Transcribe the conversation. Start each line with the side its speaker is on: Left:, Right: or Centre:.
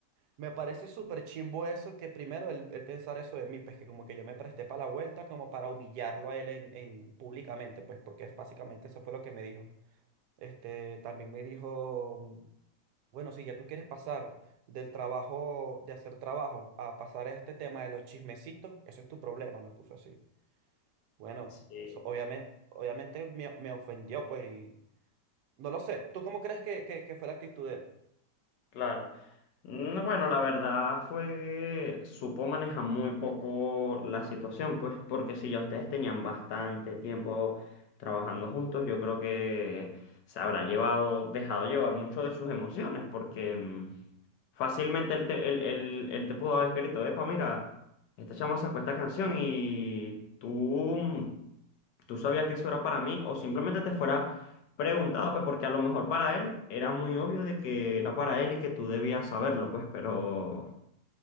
Right: me parece súper chimbo eso, que primero él, él pensar eso de mí, pues que como que yo me presté para la vuelta como para humillarlo a él en, en públicamente, pues porque es- básicamente eso fue lo que me dijo. Este, también me dijo, mm, bueno, si ya tú quieres pasar del trabajo, de hacer trabajo, a pasar a este tema de los chismecitos, eso es tu problema, me puso así. Bueno,
Left: sí.
Right: eso obviamente, obviamente me, me ofendió, pues, y no lo sé. ¿Tú cómo crees que, que, que fue la actitud de él?
Left: Claro. No, bueno, la verdad fue, supo manejar muy poco la situación, pues, porque si ya ustedes tenían bastante tiempo trabajando juntos, yo creo que se habrá llevado, dejado llevar mucho de sus emociones, porque mm, fácilmente él te, él- él- él te pudo haber escrito, epa, mira, esta chama sacó esta canción y tú, mm, tú sabías que eso era para mí, o simplemente te fuera preguntado, pues, porque a lo mejor para él era muy obvio de que era para él y que tú debías saberlo, pues, pero,